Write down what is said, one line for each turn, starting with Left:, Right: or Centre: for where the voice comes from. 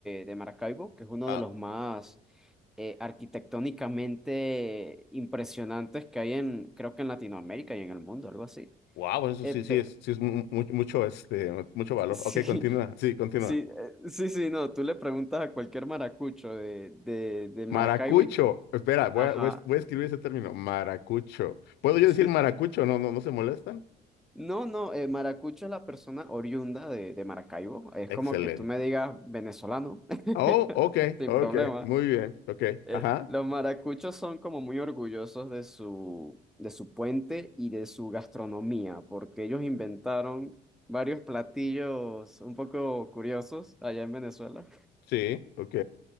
Centre: de Maracaibo, que es uno
Left: Ah,
Centre: de los más eh, arquitectónicamente impresionantes que hay en, creo que en Latinoamérica y en el mundo, algo así.
Left: wow, eso
Centre: Eh,
Left: sí,
Centre: pero,
Left: sí es, sí es mu- mu- mucho, este, mucho
Centre: <laughs>
Left: valor.
Centre: sí,
Left: Ok, continúa. Sí, continúa.
Centre: sí, eh, sí, sí, no, tú le preguntas a cualquier maracucho de, de, de Maracaibo
Left: Maracucho.
Centre: y,
Left: Espera, voy
Centre: ajá.
Left: a, voy a es- voy a escribir ese término. Maracucho. ¿Puedo yo
Centre: <laughs>
Left: decir
Centre: Sí.
Left: maracucho? No, no, no se molestan.
Centre: No, no, eh, maracucho es la persona oriunda de, de Maracaibo. Es
Left: Excelente.
Centre: como que tú me digas venezolano, <laughs>
Left: Oh, ok,
Centre: sin
Left: ok.
Centre: problema.
Left: Muy bien. Ok.
Centre: Eh,
Left: Ajá.
Centre: los maracuchos son como muy orgullosos de su, de su puente y de su gastronomía, porque ellos inventaron varios platillos un poco curiosos allá en Venezuela.
Left: Sí. Ok.